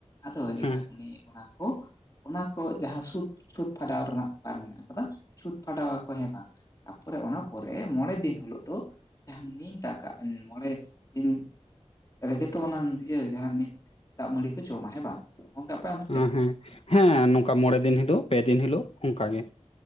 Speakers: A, on the left; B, on the left.
A: ᱟᱫᱚ ᱮᱸᱰᱮᱠᱷᱟᱱ
B: ᱦᱮᱸ
A: ᱩᱱᱤ ᱚᱱᱟ ᱠᱚ ᱚᱱᱟ ᱠᱚ ᱡᱟᱦᱟᱸ ᱥᱩᱛ, ᱪᱷᱩᱸᱛ ᱯᱷᱟᱰᱟᱣ ᱨᱮᱱᱟᱜ ᱵᱮᱯᱟᱨ ᱢᱮᱱᱟᱜ ᱠᱟᱫᱟ᱾ ᱪᱷᱩᱸᱛ ᱯᱷᱟᱰᱟᱣ ᱟᱠᱚ ᱦᱮᱸ ᱵᱟᱝ? ᱛᱟᱯᱚᱨᱮ ᱚᱱᱟ ᱯᱚᱨᱮ ᱢᱚᱬᱮ ᱫᱤᱱ ᱦᱳᱞᱳᱜ ᱫᱚ ᱡᱟᱦᱟᱸ ᱱᱤᱢ ᱫᱟᱠᱟ ᱮᱢ ᱢᱚᱬᱮ ᱫᱤᱱ ᱨᱮᱜᱮ ᱛᱚ ᱚᱱᱟ ᱤᱭᱟᱹ ᱡᱟᱦᱟᱸ ᱱᱤᱢ ᱫᱟᱜ ᱢᱟᱹᱲᱤ ᱠᱚ ᱡᱚᱢᱟ ᱦᱮᱸ ᱵᱟᱝ? <unintelligible> ᱜᱚᱢᱠᱮ ᱟᱯᱮ ᱚᱱ
B: ᱦᱮᱸ, ᱦᱮᱸ ᱱᱚᱝᱠᱟ ᱢᱚᱬᱮ ᱫᱤᱱ ᱦᱤᱞᱳᱜ, ᱯᱮ ᱫᱤᱱ ᱦᱤᱞᱳᱜ ᱚᱝᱠᱟ ᱜᱮ᱾